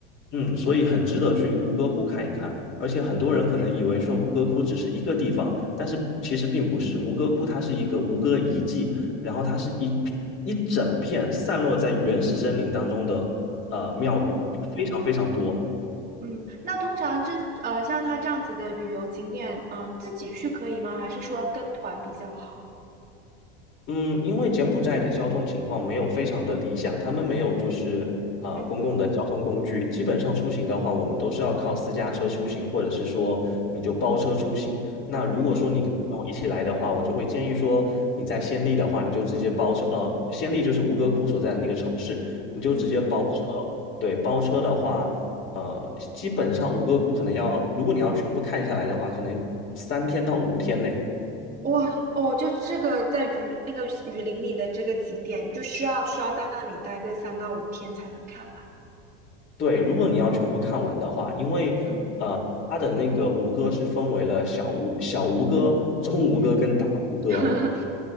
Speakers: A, on the left (about 40°); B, on the right (about 25°).
A: 嗯，所以很值得去吴哥窟看一看。而且很多人可能以为说吴哥窟只是一个地方，但是其实并不是，吴哥窟它是一个吴哥遗迹，然后它是一一整片散落在原始森林当中的呃庙宇，
B: 哦。
A: 有非常非常多。
B: 嗯，那通常这呃像它这样子的旅游景点，呃，自己去可以吗？还是说要跟团比较好？
A: 嗯，因为柬埔寨的交通情况没有非常的理想，他们没有就是呃公共的交通工具，
B: 嗯
A: 基本上出行的话，我们都是要靠私家车出行，或者是说你就包车出行。那如果说你跟我一起来的话，
B: 嗯嗯
A: 我就会建议说你在暹粒的话，你就直接包车，呃，暹粒就是吴哥窟所在的那个城市，你就直接包车。
B: 嗯嗯，
A: 对，包车的话，呃，基本上吴哥窟可能要，如果你要全部看下来的话，可能三天到五天呢。
B: 哇哦，就这个在雨那个雨林里的这个景点，就需要需要在那里待个三到五天才能看完。
A: 对，如果你要全部看完的话，因为呃，
B: 嗯
A: 它的那个吴哥是分为了小吴、小吴哥、中吴哥跟大吴哥。
B: 嗯，<laughs>